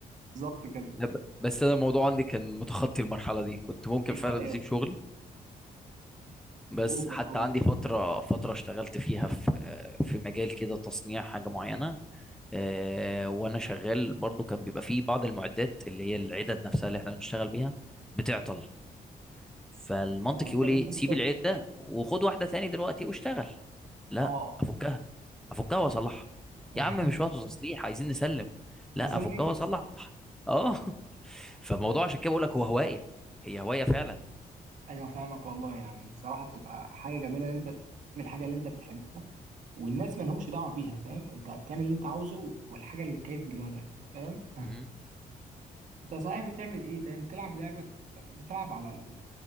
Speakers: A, on the right (about 55°); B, in the centre.
A: بالظبط كده
B: لا، ب- بس انا الموضوع عندي كان متخطي المرحلة دي كنت ممكن
A: ايوه
B: فعلا
A: ايوه
B: اسيب شغلي بس
A: اوفر
B: حتى
A: قوي
B: عندي فترة فترة اشتغلت فيها في في مجال كده تصنيع حاجة معينة آه، وانا شغال برضو كان بيبقى فيه بعض المعدات اللي هي العدد نفسها اللي احنا بنشتغل بيها بتعطل فالمنطق
A: انت
B: يقول
A: لازم
B: ايه سيب
A: تفك
B: العيب ده وخد واحده تاني دلوقتي واشتغل لا
A: اه آه.
B: افكها افكها واصلحها
A: <laughs>
B: يا عم مش وقت تصليح عايزين نسلم لا
A: عايزين
B: افكها
A: ننجز
B: واصلحها اه <laughs> فالموضوع عشان كده بقول لك هو هوايه هي هوايه فعلا
A: ايوه فاهمك والله يعني صراحه بتبقى حاجه جميله ان انت من الحاجه اللي انت بتحبها والناس ما لهمش دعوه بيها فاهم انت تعمل اللي انت عاوزه والحاجه اللي كيف دماغك فاهم <laughs>
B: مم.
A: انت صحيح بتعمل ايه تمام بتلعب لعبه بتلعب على ال...